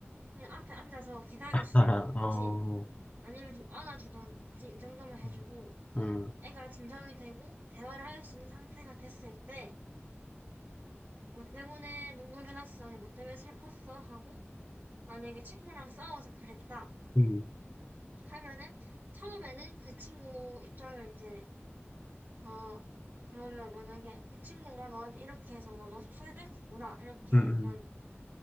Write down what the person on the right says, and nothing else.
그냥 앞에 앉아서 기다려준다든지
아니면 좀 안아주던지 이 정도만 해주고
애가 진정이 되고 대화를 할 수 있는 상태가 됐을 때 뭐 때문에 눈물이 났어 아니 뭐 때문에 슬펐어 하고 만약에 친구랑 싸워서 그랬다
하면은 처음에는 그 친구 입장을 이제 어 그러면 만약에 그 친구가 너한테 이렇게 해서 너가 속상했겠구나 이렇게
약간